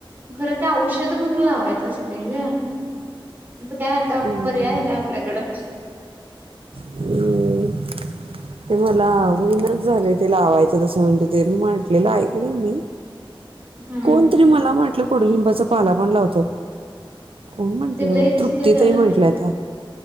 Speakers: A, on the right; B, on the right.
A: खरं ते औषध म्हणून लावायचं असते ग. काय आता
B: हम्म,
A: पर्याय आहे काय आपल्याकडं?
B: हम्म. ते मला होईनच झाले ते लावायचं तसं म्हणत ते म्हटले ऐकले मी.
A: हम्म
B: कोण तरी मला म्हट ते कडूलिंबाचा पाला पण लावतात. कोण म्हंटलं
A: ते लईच
B: तृप्ती
A: हे झालं
B: ताई म्हटल्या
A: ते
B: त्या.